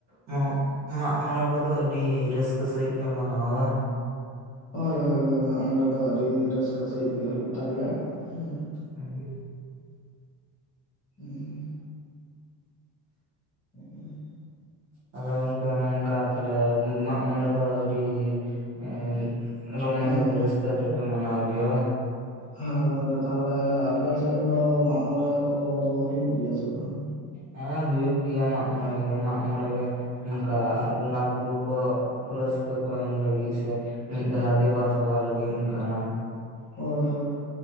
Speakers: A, on the right; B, on the left.
A: ᱢᱟ ᱢᱟᱜ ᱢᱚᱬᱮ ᱠᱚᱫᱚ ᱟᱹᱰᱤ ᱨᱟᱹᱥᱠᱟᱹ ᱥᱟᱺᱦᱤᱡ ᱯᱮ ᱢᱟᱱᱟᱣᱟ ᱵᱟᱝ?
B: ᱦᱳᱭ ᱦᱳᱭ ᱦᱳᱭ ᱢᱟᱜ ᱢᱚᱬᱮ ᱫᱚ ᱟᱹᱰᱤ ᱨᱟᱹᱥᱠᱟᱹ ᱥᱟᱹᱦᱤᱡ ᱜᱮ ᱦᱩᱭᱩᱜ ᱛᱟᱞᱮᱭᱟ, ᱦᱩᱸ᱾
A: ᱦᱩᱸ᱾
B: ᱩᱸ᱾ <unintelligible>
A: ᱛᱟᱦᱞᱮ ᱜᱚᱝᱠᱮ ᱱᱚᱜᱼᱚᱝᱠᱟ ᱛᱷᱟᱞᱮ ᱢᱟᱜ ᱢᱚᱬᱮ ᱫᱚ ᱟᱹᱰᱤ, ᱮᱸ ᱨᱚᱢᱚᱡᱽ
B: ᱦᱮᱸ
A: ᱟᱛᱮ
B: ᱦᱮᱸ
A: ᱨᱟᱹᱥᱠᱟᱹ ᱟᱛᱮ ᱯᱮ ᱢᱟᱱᱟᱣ ᱜᱮᱭᱟ ᱵᱟ? <inaudible>
B: ᱦᱮᱸ ᱜᱚᱝᱠᱮ ᱛᱟᱦᱚᱞᱮ ᱟᱯᱮ ᱥᱮᱫ ᱫᱚ ᱢᱟᱜ ᱢᱚᱬᱮ ᱠᱚ-ᱫᱚ ᱦᱩᱭᱩᱜ ᱜᱮᱭᱟ ᱥᱮ ᱵᱟᱝ?
A: ᱦᱮᱸ ᱦᱩᱭᱩᱜ ᱜᱮᱭᱟ ᱢᱟᱜ ᱢᱚᱬᱮ ᱨᱮ ᱢᱟᱜ ᱢᱚᱬᱮ ᱨᱮ ᱱᱚᱝᱠᱟ ᱵᱚᱸᱜᱟ ᱵᱩᱨᱩ ᱠᱚ ᱨᱟᱹᱥᱠᱟᱹ ᱠᱚ ᱮᱢ ᱞᱟᱹᱜᱤᱫ ᱥᱮ ᱢᱤᱫ ᱫᱷᱟᱣ ᱫᱮᱵᱟ ᱥᱮᱵᱟ ᱞᱟᱹᱜᱤᱫ ᱚᱱᱠᱟᱱᱟᱜ ᱾
B: ᱦᱚᱭ ᱦᱚᱭ ᱾